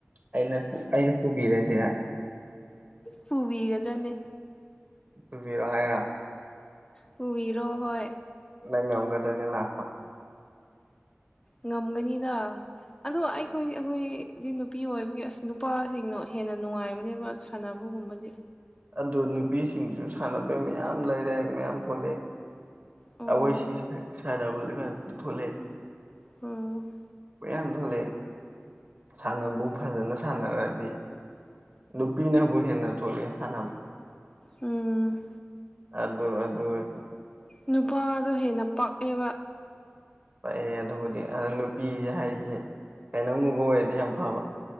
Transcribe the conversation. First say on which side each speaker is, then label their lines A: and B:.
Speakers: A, on the right; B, on the left.
A: ꯑꯩꯅ ꯑꯩꯅ ꯄꯨꯕꯤꯔꯁꯤꯔ
B: ꯐꯨꯕꯤꯒꯗ꯭ꯔꯅꯦ
A: ꯇꯨꯕꯤꯔꯣ ꯍꯥꯏꯔꯣ
B: ꯄꯨꯕꯤꯔꯣ ꯍꯣꯏ
A: ꯅꯪ ꯉꯝꯒꯗ꯭ꯔꯅꯦ ꯂꯥꯛꯄ
B: ꯉꯝꯒꯅꯤꯗ ꯑꯗꯣ ꯑꯩꯈꯣꯏ ꯑꯩꯈꯣꯏꯗꯤ ꯅꯨꯄꯤ ꯑꯣꯏꯕꯒꯤ ꯑꯁ ꯅꯨꯄꯥꯁꯤꯡꯅꯣ ꯍꯦꯟꯅ ꯅꯨꯡꯉꯥꯏꯕꯅꯦꯕ ꯁꯥꯟꯅꯕꯒꯨꯝꯕꯗꯤ
A: ꯑꯗꯨ ꯅꯨꯄꯤꯁꯤꯡꯁꯨ ꯁꯥꯟꯅꯕ ꯃꯌꯥꯝ ꯂꯩꯔꯦ ꯃꯌꯥꯝ ꯊꯣꯛꯣꯂꯛꯑꯦ
B: ꯑꯣ
A: ꯑꯈꯣꯏꯁꯤ ꯁꯥꯅꯕꯗꯨꯀꯥꯟ ꯄꯨꯊꯣꯛꯂꯛꯑꯦ
B: ꯎꯝ
A: <unintelligible> ꯌꯥꯝ ꯊꯣꯛꯂꯛꯑꯦ ꯁꯥꯟꯅꯕꯕꯨ ꯐꯖꯅ ꯁꯥꯟꯅꯔꯗꯤ ꯅꯨꯄꯤꯅꯕꯨ ꯍꯦꯟꯅ ꯊꯣꯛꯂꯛꯑꯦ ꯁꯥꯟꯅꯕ
B: ꯎꯝ
A: ꯑꯗꯨ ꯑꯗꯨ ꯑꯣꯏꯗꯤ
B: ꯅꯨꯄꯥꯗꯣ ꯍꯦꯟꯅ ꯄꯥꯛꯑꯦꯕ
A: ꯄꯛꯑꯦ ꯑꯗꯨꯕꯨꯗꯤ ꯑ ꯅꯨꯄꯤꯁꯦ ꯍꯥꯏꯗꯤ ꯀꯩꯅꯣꯝꯒꯨꯝꯕ ꯑꯣꯏꯔꯗꯤ ꯌꯥꯝ ꯐꯕ